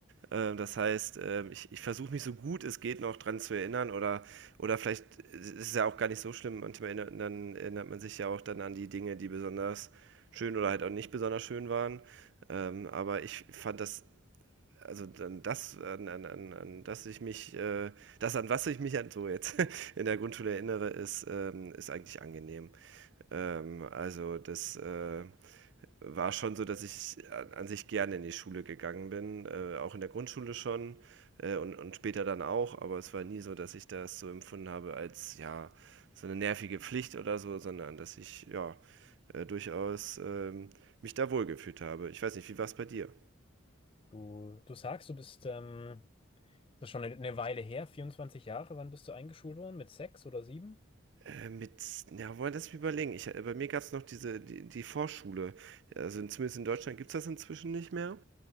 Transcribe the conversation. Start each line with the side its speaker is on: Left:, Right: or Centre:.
Right: Ähm, das heißt, ähm, ich, ich versuche mich so gut es geht noch dran zu erinnern oder, oder vielleicht ist es ja auch gar nicht so schlimm. Manchmal erinnert, dann erinnert man sich ja auch dann an die Dinge, die besonders schön oder halt auch nicht besonders schön waren. Ähm, aber ich fand das, also dann das, an, an, an, an das ich mich, äh, das an was ich mich an, so jetzt <laughs> in der Grundschule erinnere, ist, ähm, ist eigentlich angenehm. Ähm, also das, äh, war schon so, dass ich an an sich gerne in die Schule gegangen bin, äh, auch in der Grundschule schon äh, und, und später dann auch, aber es war nie so, dass ich das so empfunden habe als, ja, so eine nervige Pflicht oder so, sondern dass ich, ja, äh, durchaus ähm, mich da wohlgefühlt habe. Ich weiß nicht, wie war es bei dir?
Left: Du, du sagst, du bist, ähm, das ist schon eine Weile her, 24 Jahre. Wann bist du eingeschult worden? Mit sechs oder sieben?
Right: Äh, mit, ja, wollen das überlegen. Ich, äh, bei mir gab es noch diese, die, die Vorschule. Also in, zumindest in Deutschland gibt es das inzwischen nicht mehr.